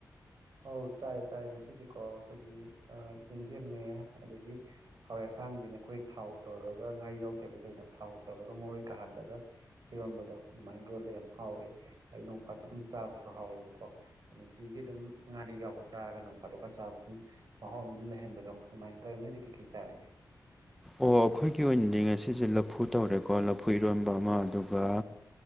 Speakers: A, on the right; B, in the centre.
A: ꯑꯧ ꯆꯥꯏꯔꯦ ꯆꯥꯏꯔꯦ ꯉꯁꯤꯁꯦꯀꯣ ꯑꯩꯈꯣꯏꯒꯤ ꯏꯟꯗꯤꯌꯦꯝꯅꯦ ꯑꯗꯒꯤ ꯍꯋꯥꯏ ꯑꯁꯥꯡꯕꯤꯅꯦ ꯑꯩꯈꯣꯏ ꯊꯥꯎ ꯇꯧꯔꯒ ꯉꯥꯔꯤ ꯌꯥꯎꯗꯕꯗ ꯂꯩꯅ ꯊꯥꯎ ꯇꯧꯔꯒ ꯃꯣꯔꯣꯏ ꯀꯥꯍꯜꯂꯒ ꯏꯔꯣꯟꯕꯗꯣ ꯑꯗꯨꯃꯥꯏꯅ ꯔꯣꯜꯗ ꯌꯥꯝ ꯍꯥꯎꯋꯦ ꯍꯥꯏꯗꯤ ꯅꯣꯡꯄꯥꯇ ꯑꯗꯨꯝ ꯆꯥꯕꯁꯨ ꯍꯥꯎꯋꯦꯕꯀꯣ ꯅꯨꯡꯇꯤꯒꯤ ꯑꯗꯨꯝ ꯉꯥꯔꯤ ꯌꯥꯎꯕ ꯆꯥꯔꯒ ꯅꯣꯡꯄꯥꯇꯣꯛꯀ ꯆꯥꯕ ꯁꯨꯝ ꯃꯍꯥꯎ ꯑꯃ ꯑꯗꯨꯝ ꯂꯩꯍꯟꯕꯗꯣ ꯑꯗꯨꯃꯥꯏꯅ ꯇꯧꯔꯦ ꯅꯣꯏꯗꯤ ꯀꯩꯀꯩ ꯆꯥꯔꯒꯦ
B: ꯑꯣ ꯑꯩꯈꯣꯏꯒꯤ ꯑꯣꯏꯅꯗꯤ ꯉꯁꯤꯁꯦ ꯂꯐꯨ ꯇꯧꯔꯦꯀꯣ ꯂꯐꯨ ꯏꯔꯣꯟꯕ ꯑꯃ ꯑꯗꯨꯒ